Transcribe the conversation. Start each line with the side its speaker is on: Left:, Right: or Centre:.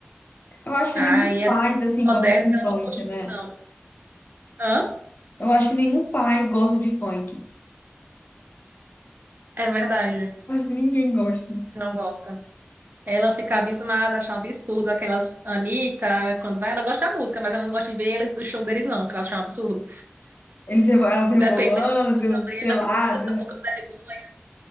Left: Eu acho que
Right: Ah,
Left: nenhum
Right: e essas
Left: pai
Right: muito
Left: assim,
Right: modernas
Left: gosta de
Right: ela
Left: funk,
Right: não curte
Left: né?
Right: muito, não. Hã?
Left: Eu acho que nenhum pai gosta de funk.
Right: É verdade.
Left: Eu acho que ninguém gosta.
Right: Não gosta. Ela fica abismada, acha um absurdo aquelas Anitta, quando vai, ela gosta da música, mas ela não gosta de ver eles, do show deles, não, que ela acha um absurdo.
Left: Eles, rebo- elas rebolando,
Right: E depende da música também,
Left: pelada.
Right: ela fica com essa pouca vergonha.